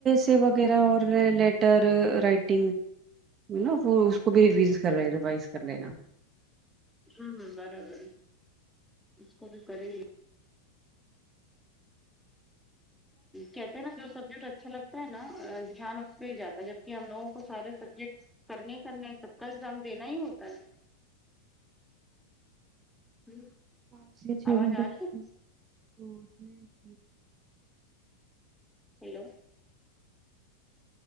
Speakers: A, on the right; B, in the centre.
A: سے وغیرہ اور لیٹر رائٹنگ نا وہ اس کو بھی ریویز کر رہے ریوائز کر لینا
B: ہاں ہاں برابر اسکو بھی کرے گی کہتے ہیں نا جو سبجیکٹ اچھا لگتا ہے نا دھیان اس پہ ہی جاتا ہے جبک ہم لوگوں کو سارے سبجیکٹ کرنے کرنے سب کا ایگزام دینا ہی ہوتا ہے ہے
A: پانچ یا چھ
B: آواز
A: گھنٹے
B: آ رہی
A: پ
B: ہے
A: تو میں
B: ہیلو